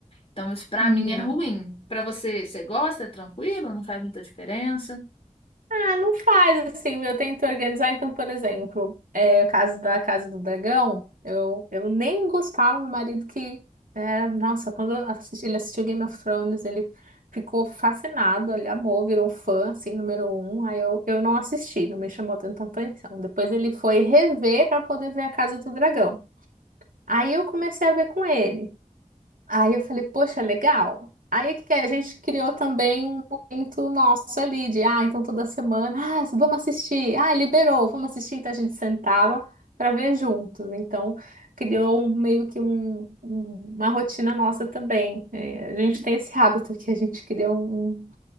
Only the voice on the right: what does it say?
Uhum.
Ah, não faz assim, eu tento organizar. Então, por exemplo, é, o caso da Casa do Dragão, eu, eu nem gostava, meu marido que era, nossa, quando eu assisti- ele assistiu Game of Thrones, ele ficou fascinado, ele amou, virou fã, assim, número um. Aí eu, eu não assisti, não me chamou tanta atenção. Depois ele foi rever para poder ver a Casa do Dragão. Aí eu comecei a ver com ele. Aí eu falei, poxa, legal. Aí o que que é? a gente criou também um momento nosso ali de, ah, então toda semana, ah, vamos assistir, ah, liberou, vamos assistir, então a gente sentava para ver juntos. Então criou um- meio que um- um- uma rotina nossa também. É, A gente tem esse hábito que a gente cria um